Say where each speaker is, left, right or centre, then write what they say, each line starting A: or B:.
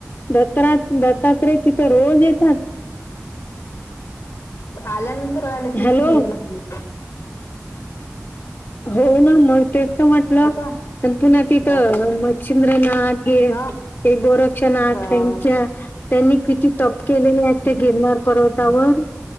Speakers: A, on the left; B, on the left.
A: दत्र दत्तात्रय तिथं रोज येतात.
B: आल्यानंतर आलं की
A: हॅलो
B: कि तीर- <unintelligible>
A: हो ना मग तेच तर म्हटलं
B: का
A: पुन तीथ
B: बापरे
A: मच् चंद्र नागे.
B: हा
A: ते गोरक्ष ना
B: हा,
A: त्यांच्या, त्यांनी किती तप केलेले आहेत ते गिरणार पर्वतावर.